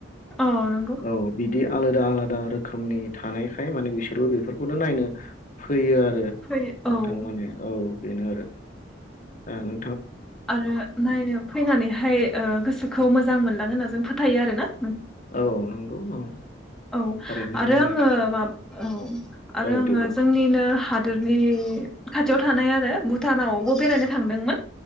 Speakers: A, in the centre; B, on the left (about 45°).
A: औ नंगौ
B: औ बिदि आलादा आलादा रोखोमनि थानायखाय माने बि सोरबो बेफोरखौनो नायनो फैयो आरो
A: फैयो
B: नोंथां
A: औ
B: माने औ। बिनो आरो दानो
A: आरो नायनो फैनानैहाय ओ गोसोखौ मोजां मोनलाङो होनना जों फोथायो आरो ना?
B: औ नंगौ औ
A: औ
B: थारैनो
A: आरो
B: माने
A: आङो
B: बिसोर
A: मा औ आरो
B: औ
A: आङो
B: दे बुं
A: जोंनिनो हादोरनि खाथियाव थानाय आरो भुटानावबो बेरायनो थांदोंमोन।